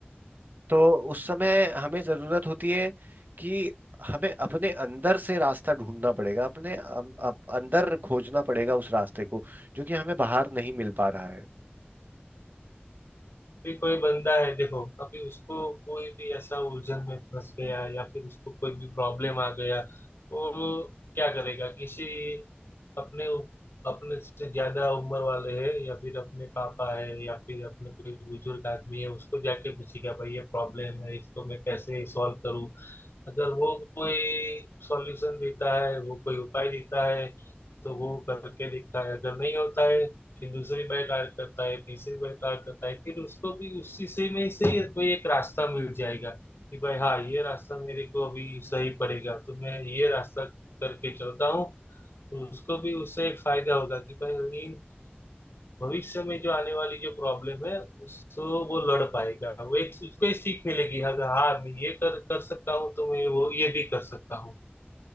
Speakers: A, on the right; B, on the left.
A: तो उस समय हमें जरूरत होती है कि हमें अपने अंदर से रास्ता ढूंढना पड़ेगा अपने अम- अप, अंदर खोजना पड़ेगा उस रास्ते को जो कि हमें बाहर नहीं मिल पा रहा है
B: भी कोई बंदा है देखो अभी उसको कोई भी ऐसा उलझन में फंस गया या फिर उसको कोई भी प्रॉब्लम आ गया वो क्या करेगा किसी अपने अपने से ज्यादा उम्र वाले है या फिर अपने पापा है या फिर अपने कोई बुजुर्ग आदमी है उसको जाके पूछेगा भाई ये प्रॉब्लम है इसको मैं कैसे सॉल्व करूँ अगर वो कोई सॉल्यूशन देता है वो कोई उपाय देता है तो वो करके देखता है अगर नहीं होता है फिर दूसरी बार ट्राई करता है तीसरी बार ट्राई करता है फिर उसको भी उसी से में से ही कोई एक रास्ता मिल जाएगा कि भाई हाँ ये रास्ता मेरे को अभी सही पड़ेगा तो मैं ये रास्ता करके चलता हूँ तो उसको भी उससे एक फायदा होगा कि भाई इन भविष्य में जो आने वाली जो प्रॉब्लम है उसको वो लड़ पाएगा वो एक उसको एक सीख मिलेगी हाँ हाँ मैं ये कर कर सकता हूँ तो मैं वो ये भी कर सकता हूँ